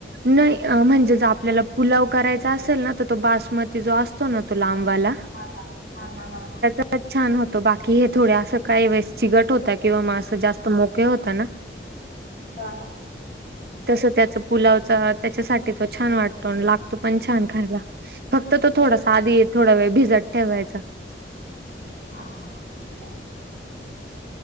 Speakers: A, on the right; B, on the left.
A: नाही म्हणजेच आपल्याला. पुलाव करायचा असेल ना तर तो बासमती जो असतो ना तो लांबाला.
B: हा हा हा हा हा हा.
A: तरच छान होतं बाकी हे थोड असं काही वेळेस चिगट होत किंवा मा असं जास्त मोके होतं ना.
B: हा हा.
A: तस त्याच पुलावचा त्याच्यासाठी तो छान वाटतो लागतो पण छान खायला. फक्त तो
B: हो
A: थोडा साधी थोडा वेळ भिजत ठेवायचा.
B: हा